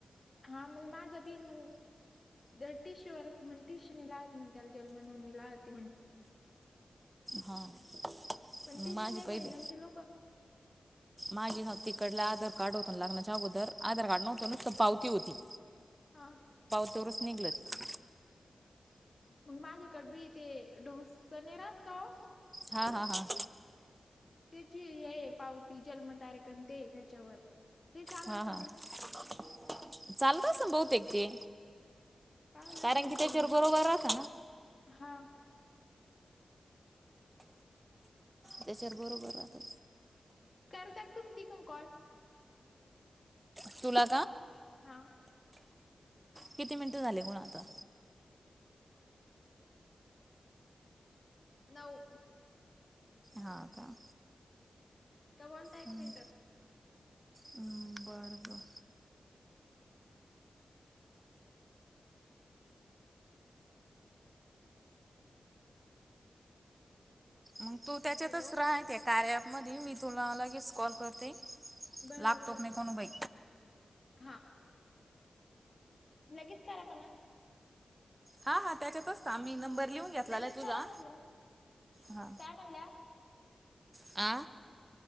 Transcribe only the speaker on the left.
हा मग माझं बी मग.. जर टिशूवरच म्हण टिशून लात म्हण त्याला जन्म नोणी लाती म्हण...
पण
टीशी
नाही घ्याईन
ते लोक...
हा...
मग माझ्याकड बी ते ढोस न राहात का हो...
त्याची हे पावती जन्म तारेकणते त्याच्यावर ते चालान
का
मग...
पावला
विचारून
हा
करताात तुम तिकून कॉल
हा...
नऊ...
का बोलता
एक मिनट...
हॅलो
बरं
बरं
हा लगेच क पण...
लगेच
करा म्हणलं
काय म्हणल्या.